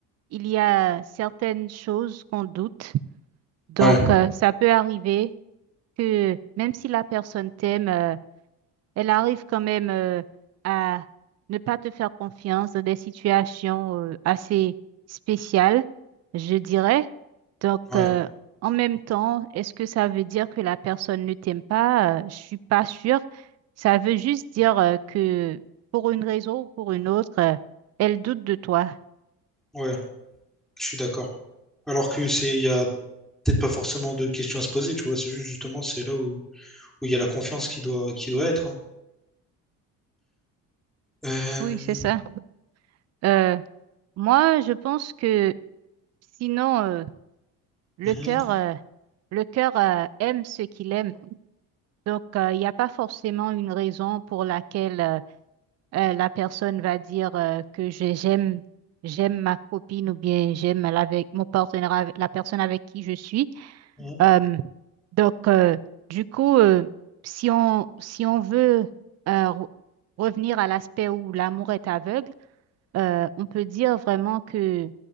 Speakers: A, on the right; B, in the centre.
A: il y a certaines choses qu'on doute. Donc,
B: ouais,
A: euh, ça peut arriver que même si la personne t'aime, euh, elle arrive quand même euh, à ne pas te faire confiance dans des situations euh, assez spéciales, je dirais. Donc,
B: ouais,
A: euh, en même temps, est-ce que ça veut dire que la personne ne t'aime pas? Euh, je suis pas sûre. Ça veut juste dire euh, que pour une raison ou pour une autre, euh, elle doute de toi.
B: ouais, je suis d'accord. Alors que c'est, il y a peut-être pas forcément de questions à se poser, tu vois. C'est juste justement, c'est là où où il y a la confiance qui doit qui doit être. hein. Euh,
A: Oui, c'est ça. Euh, moi, je pense que sinon, euh, le
B: mhm,
A: cœur, euh, le cœur euh, aime ce qu'il aime. Donc, euh, il n'y a pas forcément une raison pour laquelle euh, euh, la personne va dire euh, que j'ai- j'aime j'aime ma copine ou bien j'aime la- avec mon partenaire, avec- la personne avec qui je suis.
B: mhm.
A: Euh, donc, euh, du coup, euh, si on, si on veut euh, re- revenir à l'aspect où l'amour est aveugle, euh, on peut dire vraiment que